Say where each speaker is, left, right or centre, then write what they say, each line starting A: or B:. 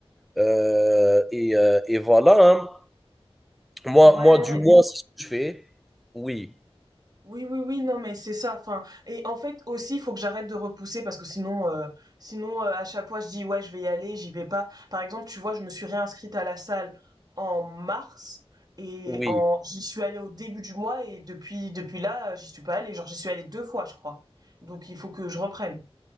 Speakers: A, in the centre; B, on the right (about 40°).
A: Euh, et, euh, et voilà, hein. Moi,
B: Ouais,
A: moi, du moins, c'est ce que je fais. Oui,
B: Oui, oui, oui, non, mais c'est ça. Enfin, et en fait aussi, il faut que j'arrête de repousser parce que sinon, euh, sinon euh, à chaque fois, je dis ouais, je vais y aller, j'y vais pas. Par exemple, tu vois, je me suis réinscrite à la salle en mars et
A: oui.
B: en j'y suis allée au début du mois et depuis depuis là, euh, j'y suis pas allée. Genre, j'y suis allée deux fois, je crois. Donc, il faut que je reprenne.